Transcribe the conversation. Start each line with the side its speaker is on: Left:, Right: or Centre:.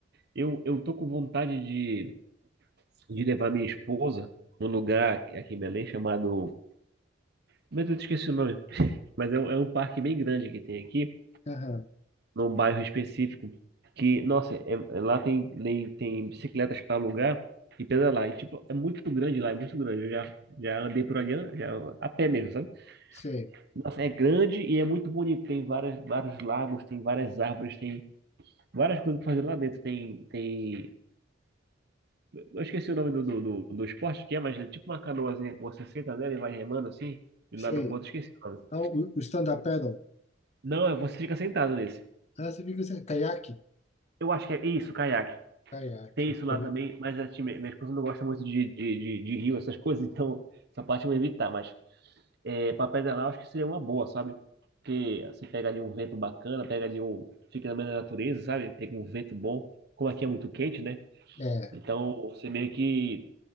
Right: Eu, eu tô com vontade de, de levar minha esposa num lugar aqui aqui em Belém chamado. Mas eu esqueci o nome. Mas é um, é um parque bem grande que tem aqui.
Left: Aham,
Right: num bairro específico que, nossa, é- é- lá tem, tem, tem bicicletas para alugar e pedalar. E, tipo, é muito grande lá, é muito grande. Eu já, já andei por ali, já, a pé mesmo, sabe?
Left: sei,
Right: Nossa, é grande e é muito bonito. Tem várias, vários lagos, tem várias árvores, tem várias coisas para fazer lá dentro. Tem, tem... Eu esqueci o nome do, do, do, do esporte que é, mas é tipo uma canoazinha que você senta nela e vai remando assim, de um lado
Left: sei.
Right: pro outro, esqueci o nome.
Left: Ah, o, o stand-up paddle.
Right: Não, é- você fica sentado nesse.
Left: Ah, você fica assim, caiaque?
Right: Eu acho que é isso, caiaque.
Left: Caiaque.
Right: Tem isso lá
Left: Pô,
Right: também, mas a minha minha esposa não gosta muito de, de, de, de rio, essas coisas, <laughs> então essa parte eu vou evitar. Mas é, para pedalar, eu acho que seria uma boa, sabe? Porque você pega ali um vento bacana, pega ali um. Fica na meio da natureza, sabe? Pega um vento bom. Como aqui é muito quente, né?
Left: É,
Right: Então você meio que